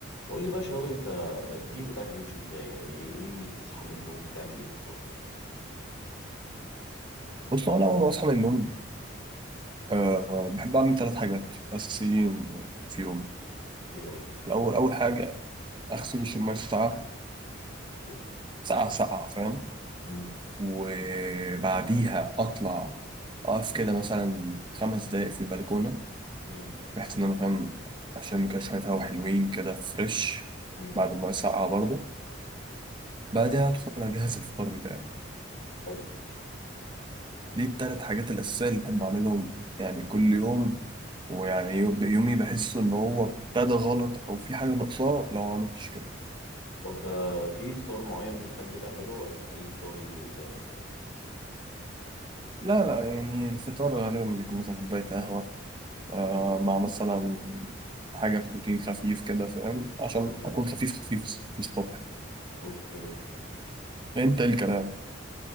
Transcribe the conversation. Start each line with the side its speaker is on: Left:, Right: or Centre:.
Left: قول لي بقى شوقي انت الروتين بتاعك بيمشي ازاي يعني ايه ايه بتصحى من النوم بتعمل ايه بالظبط
Right: بص هو أنا أول ما أصحى من النوم أه بحب أعمل ثلاث حاجات أساسيين يعني في يومي
Left: اوكي قول لي
Right: الأول أول حاجة أغسل وشي بمية ساقعة
Left: اوكي.
Right: ساقعة ساقعة فاهم
Left: امم
Right: وبعديها أطلع أقف كده مثلا خمس دقايق في البلكونة
Left: امم
Right: بحيث إن أنا فاهم عشان كده شوية هوا حلوين كده فريش
Left: امم
Right: بعد المية الساقعة برضه بعدها أدخل أجهز الفطار بتاعي
Left: حلو.
Right: دي التلات حاجات الأساسية اللي بحب أعملهم يعني كل يوم ويعني يوم- يومي بحس ان هو ابتدى غلط او في حاجه ناقصاه لو ما عملتش كده
Left: طب آه، في فطار معين بتحب تعمله ولا اي فطار يجي قدامك يعني
Right: لا لا يعني الفطار غالبا بيكون مثلا كوبايه قهوه آه
Left: امم
Right: مع مثلا حاجه بروتين خفيف كده فاهم عشان
Left: تمام
Right: اكون خفيف خفيف في الصبح
Left: اوكي
Right: انت ايه الكلام